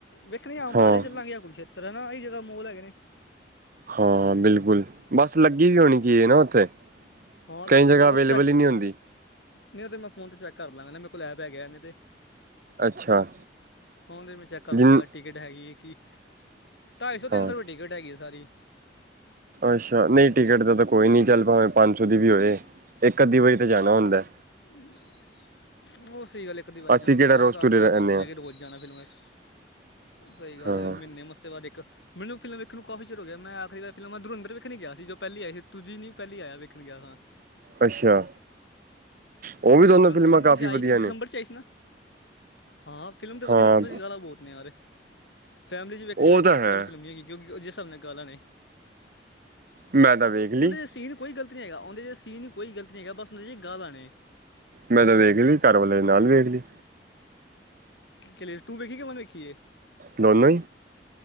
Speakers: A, on the left; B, on the right.
A: ਵੇਖਦੇ ਆ ਅੰਬਾਲੇ
B: ਹਾਂ
A: ਚੱਲਾਂਗੇ ਜਾਂ ਕੁਲ ਛੇਤਰ, ਇਹਹੀ ਜਗ੍ਹਾ ਮੋਲ ਹੈਗੇ ਨੇ।
B: ਹਾਂ ਬਿਲਕੁਲ, ਬਸ ਲੱਗੀ ਵੀ ਹੋਣੀ ਚਾਹੀਜ਼ ਨਾ ਉੱਥੇ।
A: ਹਾਂ ਲੱਗੀ
B: ਕਈ ਜਗ੍ਹਾ,
A: ਤਾਂ
B: ਅਵੇਲੇਬਲ
A: ਉੱਥੇ ਚੈੱਕ
B: ਹੀ ਨਹੀਂੀ ਹੁੰਦੀ।
A: ਨਹੀਂ ਉਹ ਤੇ ਮੈਂ ਫੋਨ ਤੇ ਚੈੱਕ ਕਰ ਲਾਂਗਾ, ਮਰੇਲੈਬ ਐਪ ਹੈ ਗਿਆਵੇ ਤੇ
B: ਅੱਛਾ
A: ਹ ਤੇ ਮੈਂ ਚੈੱਕ ਕਰ
B: ਜਿਨ
A: ਲਾਂਗਾ। ਟਿਕਟ ਹੈਗੀ ਹੈ ਕਿ, ਢਾਈ ਸੌ ਤਿੰਨ
B: ਹਾਂ
A: ਸੌ ਰੁਪਏ ਟਿਕਟ ਹੈਗੀ ਹੈ ਸਾਰੀ।
B: ਅੱਛਾ, ਨਹੀਂ ਟਿਕਟ ਦਾ ਤਾਂ ਕੋਈ ਨਹੀਂ, ਚੱਲ ਭਾਵੇਂ ਪੰਜ ਸੌ ਦੀ ਵੀ ਹੋਵੇ, ਇੱਕ ਅੱਧੀ ਵਾਰੀ ਤਾਂ ਜਾਣਾ ਹੁੰਦਾ।
A: ਹਮ। ਉਹ ਸਹੀ ਗੱਲ ਇੱਕ ਦੁ ਵਾਰੀ
B: ਅਸੀਂ
A: ਜਾਣਾ ਹੁੰਦਾ
B: ਕਿਹੜਾ ਰੋਜ਼
A: ਅ, ਆਪਣਾ
B: ਤੁਰੇ ਰਹਿੰਦੇ
A: ਕੰਮ ਸੁ ਕਿ
B: ਹਾਂ
A: ਰੋਜ਼ ਜਾਣਾ ਫਿਲਮਾਂ ਵਿੱਚ ਸਹੀ ਗੱਲ,
B: ਹਾਂ
A: ਮਹੀਨੇ ਮੱਸੇ ਬਾਦ ਇੱਕ ਮੈਨੂੰ ਫਿਲਮ ਵੇਖਣ ਕਾਫ਼ੀ ਚਿਰ ਹੋ ਗਿਆ, ਮੈਂ ਆਖਰੀਾਰ ਫਿਲਮ ਅਧਰ ਧੁੰਰੰਦਰ ਵੇਖਣ ਗਿਆ ਸੀ। ਜੋ ਪਹਿਲੀ ਆਈ ਸੀ, ਤੁੂਂ ਨੀ ਪਹਿਲੀ ਆਇਆੇਖਣ ਗਿਆ ਸੀ।
B: ਅੱਛਾ। ਉਹ ਵੀ
A: 'ਜ
B: ਦੋਨੋਂ
A: ਦੁੂਰੰਧਰ
B: ਫਿਲਮਾਂ
A: 'ਨ ਨਹੀਂ,
B: ਕਾਫੀ
A: ਆਈਸੀ
B: ਵਧੀਆ
A: ਦਸੰਬਰ
B: ਨੇ
A: 'ਚ ਆਈ ਸੀ ਨਾ? ਹਾਂ ਫਿਲਮ ਤਾਂ ਵਧੀਆ
B: ਹਾਂ
A: ਨੇ, ਪਰਦਾ ਸੀ ਗਾਲਾਂ ਬਹੁਤ ਨੇ ਯਾਰ ਫੈਮਿਲੀ 'ਚ ਵੇਖਿਆ
B: ਉਹ ਤਾਂ
A: ਵੇਖਣ
B: ਹੈ
A: ਵਾਲੀ ਫਿਲਮ ਨਹੀਂ ਹੈਗੀ, ਕਿਉਂਕਿ ਉਸਜੇ ਹਿਸਾਬ ਨਾਲ ਗਾਲਾਂ ਨੇ।
B: ਮੈਂ ਤਾਂ ਵੇਖ ਲਈ
A: ਉਹਦੇ 'ਚ ਸੀਨ ਕੋਈ ਗ਼ਲਤ ਨਹੀਂ ਹੈਗਾ, ਉਹਦੇ 'ਚ ਸੀਨ ਕੋਈ ਗਲਤੀਤ ਨਹੀਂ ਹੈਗਾ, ਬਸ ਉਹਦੇ 'ਚ ਗਾਲ੍ਹਾਂ
B: ਮੈਂ ਤਾਂ ਵੇਖਲੀ, ਘਰ ਵਾਲਾਲੇ ਦੇ ਨਾਲ ਵੇਖਲੀ
A: ਚਲੀਏ ਟੂ ਵੇਖੀ, ਕਿਵੇ ਵਨ ਦੇਖੀ ਏ?
B: ਦੋਨੋਂਂ